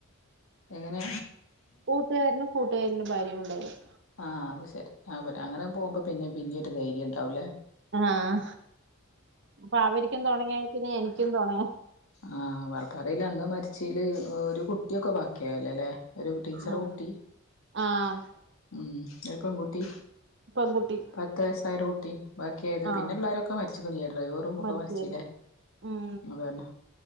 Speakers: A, on the left; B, on the right.
A: എങ്ങനെ
B: കൂട്ടുകാരനും കൂട്ടുകാരന്റെ ഭാര്യയും ഉണ്ടായിരുന്നു
A: ആഹ് അത് ശരി അവര് അങ്ങനെ പോകുമ്പ പിന്നിം പിന്നി ഒരു ധൈര്യണ്ടാവൂലേ
B: ആഹ് അപ്പൊ അവരിക്കും തൊണയായെ പിന്നെ എനിക്കും തൊണയാ
A: ആഹ് വാർപ്പാറയില് അന്ന് മരിച്ചേല് ഒരു കുട്ടിയൊക്കെ ബാക്കിയായില്ലൊ ല്ലേ ഒരു ടീച്ചറെ
B: ആഹ്
A: കുട്ടി
B: ആഹ്
A: ഉം ഒരു പെൺകുട്ടി
B: പെൺകുട്ടി
A: പത്ത് വയസ്സായ ഒരു കുട്ടി ബാക്കിയായത്
B: ആഹ്
A: പിന്നെള്ളവരൊക്കെ മരിച്ച്ക്ക്ണ് ലെ ഡ്രൈവറും ഒക്കെ
B: മരിച്ചായിരുന്നു
A: മരിച്ചിലേ
B: ഉം
A: അതന്നെ